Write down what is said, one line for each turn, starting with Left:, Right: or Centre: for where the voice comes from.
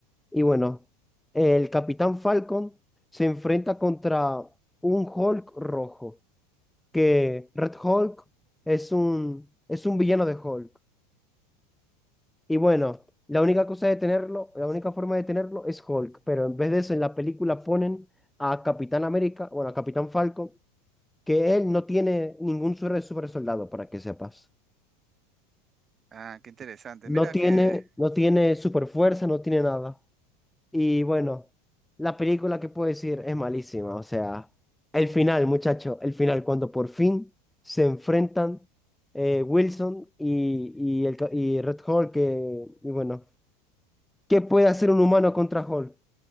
Centre: Y bueno, el Capitán Falcon se enfrenta contra un Hulk rojo, que Red Hulk es un, es un villano de Hulk. Y bueno, la única cosa de tenerlo, la única forma de tenerlo es Hulk, pero en vez de eso en la película ponen a Capitán América, bueno, a Capitán Falcon, que él no tiene ningún super, super soldado, para que sepas.
Right: Ah, qué interesante.
Centre: No
Right: Mira
Centre: tiene,
Right: que,
Centre: no tiene super fuerza, no tiene nada. Y bueno, la película que puedo decir es malísima, o sea, el final, muchacho, el final, cuando por fin se enfrentan eh, Wilson y, y, el, ca- y Red Hulk, que, y bueno, ¿qué puede hacer un humano contra Hulk?